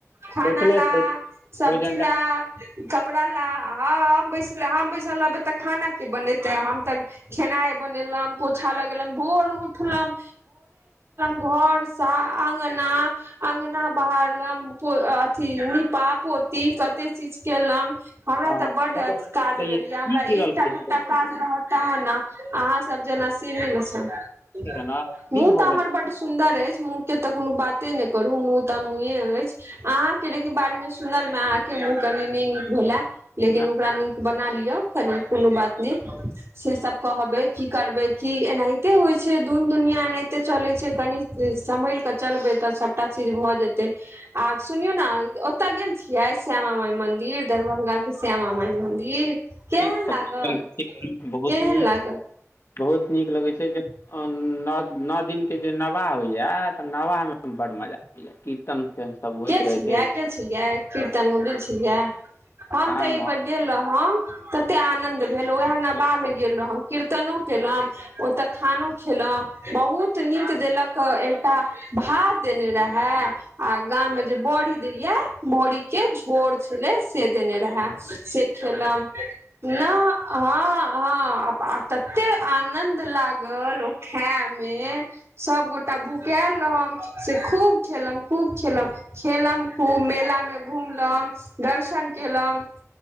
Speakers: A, on the right; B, on the left.
A: खाना
B: बैसले
A: ला
B: रहै
A: सब्जी
B: भोजन
A: ला कपड़ा ला हँ हम बैसले हम बैसल रहबय ते खाना केँ बनेते हम ते खेनाय बनेबय पोछा ल भर उठलहुँ घर स आं अंगना अगना बहारलहूँ अथी नीपा पोती कते किछ केलहुँ हमरा
B: हाँ
A: तऽ बड
B: नीक
A: काज रहैया हमरा
B: गिरल
A: एकटा
B: नीक
A: दूटा काज रहत तहन ने अहाँ सब जे न से नहि ने छै
B: भऽ
A: मुँह
B: गेल
A: तऽ हमर बड सुन्दर अछि मुह केँ तऽ कोनो बाते नहि करू मुँह तऽ मुहे अछि अहाँ के लेकिन बारे मे सुनल मे अहाँके मुह कनि नहि नीक भेले लेकिन
B: हँ
A: ओकरा नीक बना ली यौ कनि कोनो बात नैय से सब कहबय करबै की एनाहिते होइ छै दू दुनिया एनाहिते चलैत छै कनि सम्हल कऽ चलबै तऽ सभटा चीज भऽ जेतै आ सुनियौ ने ओतय गेल छिये श्यामा मााय मंदिर दरभंगा के श्यामा माय मंदिर केहन
B: ठीक अछि।
A: लागल केहन
B: बहुत नीक
A: लागल
B: बहुत नीक लगैत छै जे नओ नओ दिनकेँ जे नवाह होइए त नबाहमे बड्ड मजा अबैत कीर्तन उर्तन सब होइत
A: गेल
B: रहै
A: छलियै
B: छै
A: गेल छलियै कीर्तनमे गेल छलियै हम
B: आम
A: तऽ एकबर गेल रहौं कते आनंद भेल ओएह नबाहमे गेल रहौं कीत कीर्तनो केलहुँ ओतऽ खानो खेलहु बहुत नीक देलक एकटा भा भात देने रहय आ गाममे जे बड़ी देलिए बरी केँ झोर छलै से देने रहय से खेलहुँ न हँ हँ तते आनंद लागल ओ खायमे सभगोटा भुकायल रहओं से खूब खेलहुँ खूब खेलहुँ खूब मेलामे घुमलहुँ दर्शन केलहुँ